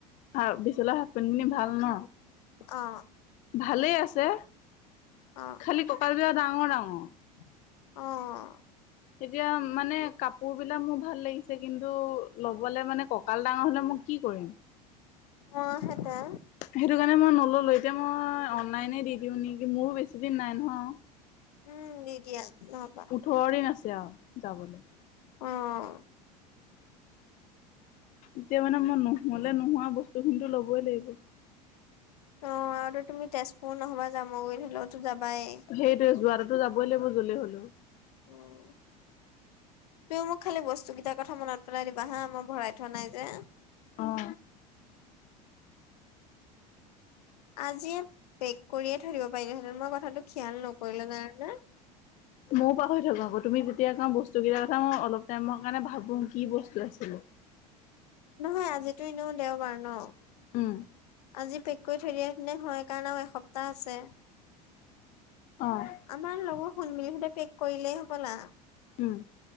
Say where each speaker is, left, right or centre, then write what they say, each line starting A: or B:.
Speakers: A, on the left (about 40°); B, on the left (about 70°).
A: হ বিশালল হাফ পেন্টনী ভাল ন,
B: অ
A: ভালেই আছে।
B: অ
A: খালি ককাল বিলাক ডাঙৰ ডাঙৰ।
B: অ',
A: এতিয়া মানে কাপোৰ বিলাক মোৰ ভাল লাগিছে। কিন্তু লবলে মানে কঁকাল ডাঙৰ হলে মোৰ কি কৰিম?
B: অ সেইটোৱে
A: সেইটো কাৰণে মই নল'লো এতিয়া মই অনলাইনে দি দিওঁ নেকি মোৰো বেছি দিন নাই নহয়।
B: উম', দিয়া নহবা
A: ওঠৰ দিন আছে। আৰু যাবলৈ
B: অ'।
A: এতিয়া মানে মই নোহ'লে নোহোৱা বস্তুখিনিতো লবই লাগিব।
B: অ' আৰু তুমি তেজপুৰ নহবা জামুগুৰিত হ'লেওতো যাবাই।
A: সেইটোয়ে যোৱাটোতো যাবই লাগিব যলে হ'লেও।
B: উম, তুমি মোক খালি বস্তু কেইটাৰ কথা মনত পেলাই দিবা হা, মই ভৰাই থোৱা নাই যে।
A: অ'।
B: আজিয়ে পেক কৰিয়ে থৈ দিব পাৰিলোহেঁতেন, মই কথাটো খিয়াল নকৰিলোঁ জানানে।
A: ময়ো পাহৰি থাকোঁ আকৌ, তুমি যেতিয়া কওঁ বস্তু কেইটাৰ কথা মই অলপ টাইমৰ কাৰণে ভাবোঁ কি বস্তু আছিলে।
B: নহয়, আজিতো এনেও দেওবাৰ ন'।
A: উম।
B: আজি পেক কৰি থৈ দিয়া হেতেনে হয় কাৰণে এসপ্তাহ আছে।
A: অ'।
B: আমাৰ লগৰ খোনমিলিহঁতে পেক কৰিলেই হবলা।
A: উম